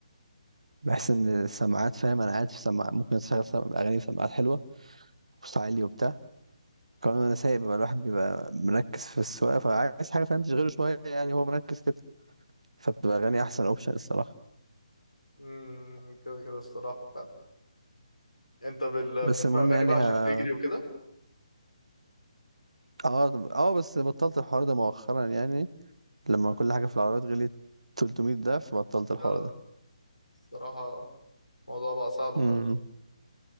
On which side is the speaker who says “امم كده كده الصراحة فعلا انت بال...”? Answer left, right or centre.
Left